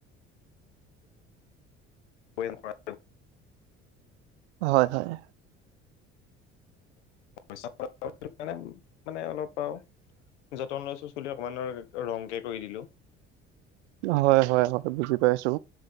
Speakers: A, on the left; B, on the right.
A: কৰা <unintelligible>
B: হয় হয়।
A: সেই <unintelligible> মানে অলপ পাওঁ যতন লৈছো চুলি অকমান ৰংকে কৰি দিলো।
B: হয় হয় হয় বুজি পাইছো